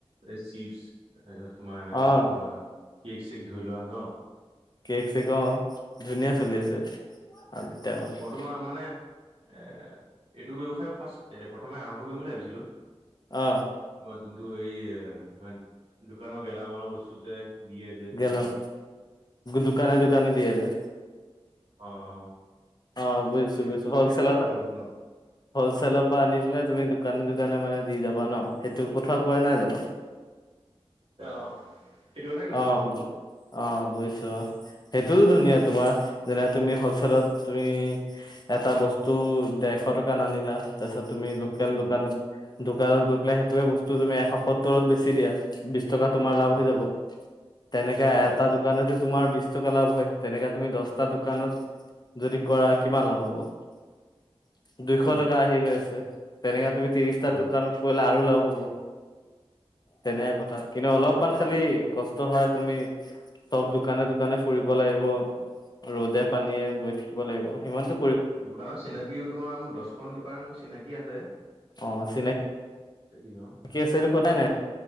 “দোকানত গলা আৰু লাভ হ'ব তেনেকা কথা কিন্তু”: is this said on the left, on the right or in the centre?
Left